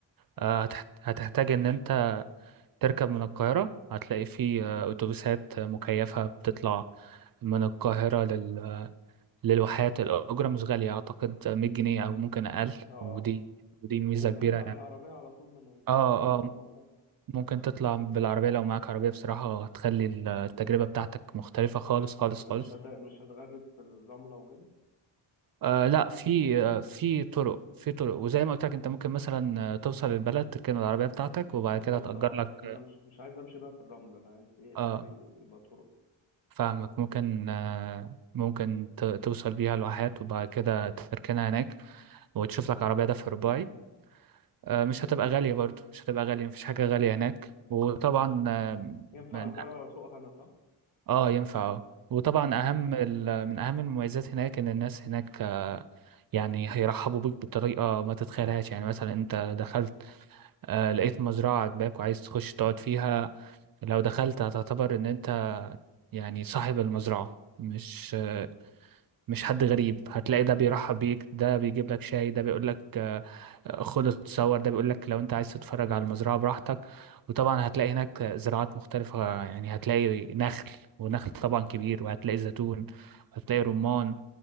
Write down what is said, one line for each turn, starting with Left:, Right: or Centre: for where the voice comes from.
Left: تمام
Right: آه، هتح- هتحتاج إن انت تركب من القاهرة هتلاقي في آه، أتوبيسات مكيفة بتطلع من القاهرة لل... للواحات الأجرة مش غالية أعتقد 100 جنيه أو ممكن أقل
Left: اه
Right: ودي
Left: اه
Right: ودي ميزة
Left: وممكن
Right: كبيرة
Left: نطلع
Right: يعني
Left: بالعربية على طول من اسكندرية
Right: اه
Left: للواحات
Right: اه ممكن تطلع بالعربية لو معاك عربية بصراحة هتخلي التجربة بتاعتك مختلفة خالص خالص
Left: بس
Right: خالص
Left: مش هت... مش هتغرق في الرملة وكده
Right: آه لا في آه في طرق في طرق وزي ما قلت لك انت ممكن مثلا آه، توصل البلد تركن العربية بتاعتك وبعد
Left: بالظبط
Right: كده تأجر
Left: اه
Right: لك
Left: يعني انا مش مش عايز امشي بقى في الرملة انا عايز ايه
Right: اه
Left: اخري يبقى طرق
Right: فاهمك ممكن آه ممكن ت- توصل بيها لواحات وبعد كده تركنها هناك وتشوف لك عربية دفع رباعي آه مش هتبقى
Left: امم
Right: غالية برضو مش هتبقى غالية مفيش حاجة غالية هناك وطبعا آه
Left: ينفع
Right: من-
Left: اجرها واسوقها انا صح؟
Right: آه، ينفع اه وطبعا اهم ال- من اهم المميزات هناك ان الناس هناك آه، يعني هيرحبوا بيك بطريقه ما تتخيلهاش يعني مثلا انت دخلت آه، لقيت مزرعة عجباك وعايز تخش تقعد فيها لو دخلت هتعتبر ان انت يعني صاحب المزرعة مش آه، مش حد غريب هتلاقي ده
Left: امم
Right: بيرحب بيك ده بيجيب لك شاي ده بيقول لك آه، آه، خد اتصور ده بيقول لك لو انت عايز تتفرج على المزرعة براحتك وطبعا هتلاقي هناك زراعات مختلفة يعني هتلاقي نخل ونخل طبعا كبير وهتلاقي زيتون وهتلاقي رمان